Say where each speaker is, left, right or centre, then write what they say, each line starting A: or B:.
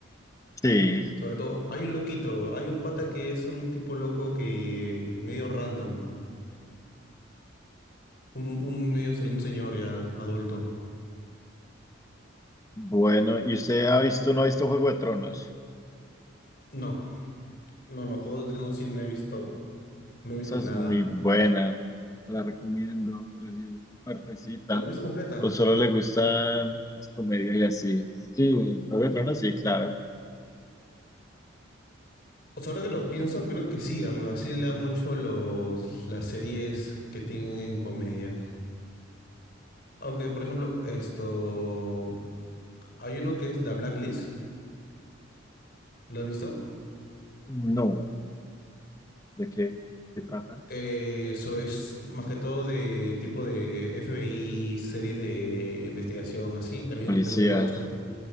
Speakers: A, on the left (about 15°); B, on the left (about 50°).
A: Sí,
B: Sobre todo, hay un loquito, hay un pata que es un tipo loco que medio random, un, un medio se- un señor ya adulto.
A: bueno, ¿y usted ha visto, no ha visto Juego de Tronos?
B: No, no, no, Juego de Tronos sí no he visto, no he visto
A: Esa
B: nada.
A: es muy buena, la recomiendo, pero si es partecita.
B: ¿La has visto completa?
A: O solo le gustan las comedias y así. Sí, Juego de Tronos, sí, claro.
B: Pues ahora que lo pienso, creo que sí, ah, me vacila mucho los, las series que tienen comedia. Aunque, por ejemplo, esto, hay uno que es The Blacklist, ¿lo has visto?
A: No, ¿de qué? ¿De ¿Qué trata?
B: Eh, Eso es más que todo de tipo de FBI, series de investigación, así, también,
A: Policía.
B: también veo bastante.